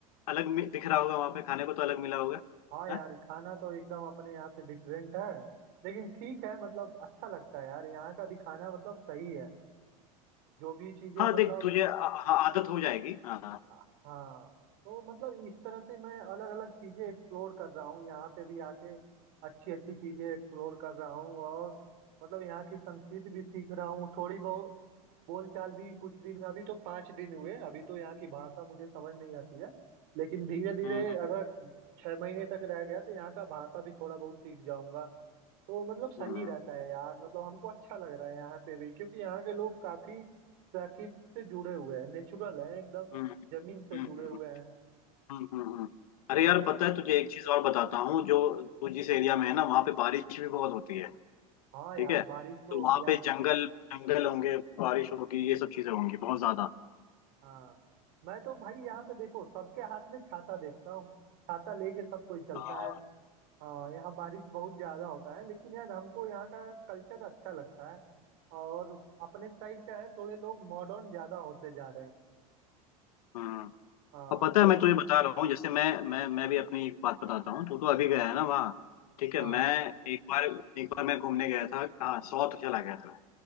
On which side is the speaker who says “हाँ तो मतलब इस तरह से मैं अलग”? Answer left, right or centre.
Right